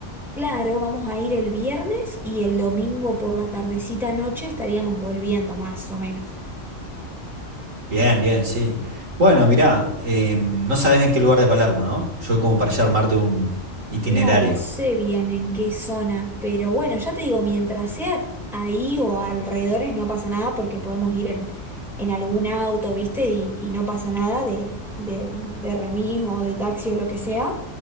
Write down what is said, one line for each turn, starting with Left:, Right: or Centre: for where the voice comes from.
Centre: Claro, vamos a ir el viernes y el domingo por la tardecita noche estaríamos volviendo más o menos.
Right: Bien, bien, sí. Bueno, mirá, em, no sabes en qué lugar de Palermo, ¿no? Yo como para ya armarte un itinerario.
Centre: No, no sé bien en qué zona, pero bueno, ya te digo, mientras sea ahí o alrededores no pasa nada porque podemos ir en, en algún auto, ¿viste? Y, y no pasa nada de, de, de remis o de taxi o lo que sea.